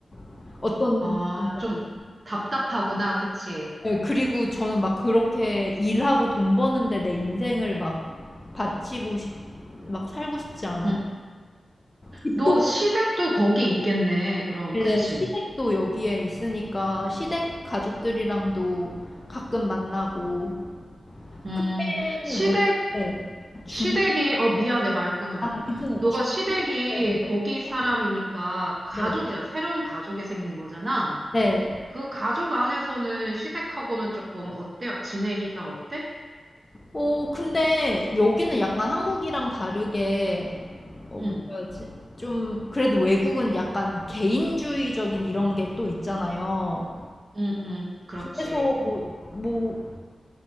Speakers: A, on the left; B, on the right.
A: <laughs> 어떤
B: 아,
A: 건지 알아요.
B: 좀 답답하구나. 그치?
A: 네, 그리고 저는 막 그렇게 일하고 돈 버는데 내 인생을 막 바치고 싶, 막 살고 싶지 않아요.
B: 응.
A: 집도
B: 너 시댁도 거기 있겠네, 그럼.
A: 받는데
B: 그치?
A: 시댁도 여기에 있으니까 시댁 가족들이랑도 가끔 만나고
B: 음,
A: 근데
B: 시댁,
A: 여기 네, 중,
B: 시댁이, 어, 미안해, 말 끊어서.
A: 아 괜찮아요.
B: 너가
A: 중,
B: 시댁이
A: 네, 네,
B: 거기 사람이니까
A: 네.
B: 가족이잖아.
A: 네.
B: 새로운 가족이 생긴 거잖아.
A: 네.
B: 그 가족 안에서는 시댁하고는 조금 어때요? 지내기가 어때?
A: 어, 근데 여기는 약간 한국이랑 다르게, 어,
B: 응,
A: 뭐라 해야지? 좀, 그래도 외국은 약간 개인주의적인 이런 게 또 있잖아요.
B: 응, 응, 그렇지.
A: 그래서 뭐, 뭐,